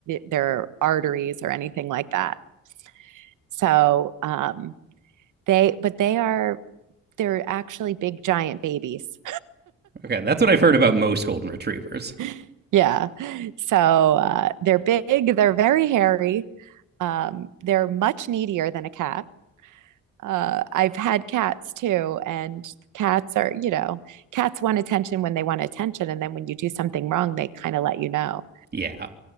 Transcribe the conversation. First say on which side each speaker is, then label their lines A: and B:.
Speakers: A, on the right; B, on the right.
A: their arteries or anything like that. So um they but they are they're actually big giant babies.
B: Okay. That's what I've heard about most golden retrievers.
A: <laughs> yeah. So uh, they're big, they're very hairy. Um, they're much needier than a cat uh, I've had cats too, and cats are, you know, cats want attention when they want attention, and then when you do something wrong, they kind of let you know,
B: Yeah.